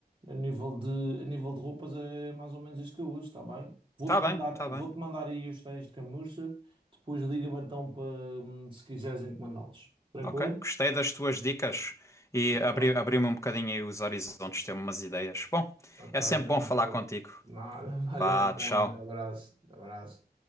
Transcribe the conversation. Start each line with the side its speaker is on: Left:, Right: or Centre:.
Right: A nível de, a nível de roupas é mais ou menos isso que eu uso, está bem? Vou-te
Left: Tá bem,
Right: mandar,
Left: tá
Right: vou-te
Left: bem.
Right: mandar aí os ténis de camurça, depois liga-me então para hum, se quiseres encomendá-los. Tranquilo?
Left: Ok, gostei das tuas dicas e
Right: Ok.
Left: abri, abriu-me um bocadinho aí os horizontes, ter umas ideias. Bom,
Right: Ok,
Left: é sempre
Right: tranquilo.
Left: bom falar contigo.
Right: Nada, <laughs> vai
Left: Vá,
Right: lá então.
Left: tchau.
Right: Um grande abraço. Abraço.